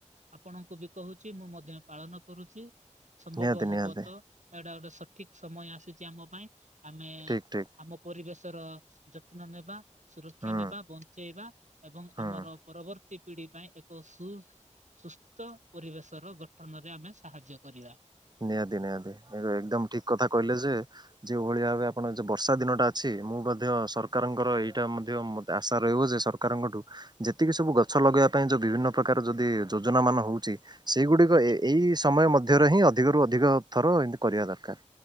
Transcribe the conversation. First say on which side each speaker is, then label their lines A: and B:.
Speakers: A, on the right; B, on the right.
A: ଆପଣଙ୍କୁ ବି କହୁଛି। ମୁଁ ମଧ୍ୟ ପାଳନ କରୁଛି। ସମ୍ଭବ
B: ନିହାତି
A: ହେବ
B: ନିହାତି
A: ତ ଏଟା ଗୋଟେ ସଠିକ ସମୟ ଆସିଛି ଆମ ପାଇଁ, ଆମେ
B: ଠିକ୍ ଠିକ୍
A: ଆମେ ପରିବେଶ ର ଯତ୍ନ ନେବା, ସୁରକ୍ଷା
B: ହୁଁ
A: ନେବା, ବଞ୍ଚେଇବା ଏବଂ
B: ହୁଁ
A: ଆମର ପରବର୍ତ୍ତୀ ପିଢି ପାଇଁ, ଏକ ସୁ ସୁସ୍ଥ ପରିବେଶର ଗଠନରେ ଆମେ ସାହାଯ୍ୟ କରିବା।
B: ନିହାତି ନିହାତି <unintelligible> ଏକଦମ ଠିକ କଥା କହିଲେ ଯେ, ଯୋଉଭଳି ଭାବେ ଆପଣ ଯୋଉ ବର୍ଷା ଦିନଟା ଅଛି। ମୁଁ ମଧ୍ୟ ସରକାରଙ୍କର ଏଇଟା ମଧ୍ୟ ଆଶା ରହିବ ଯେ, ସରକାରଙ୍କଠୁ ଯେତିକି ସବୁ ଗଛ ଲଗେ ଗେଆ ପାଇଁ, ଯୋଉ ବିଭିନ୍ନ ପ୍ରକାର ଯଦି ଯୋଜନା ମାନ ହଉଛି ସେଇଗୁଡିକ
A: ଆଜ୍ଞା।
B: ଏ ଏଇ ସମୟ ମଧ୍ୟରେ ହିଁ, ଅଧିକରୁ ଅଧିକ ଥର ଏମିତି କରିଆ ଦରକାର।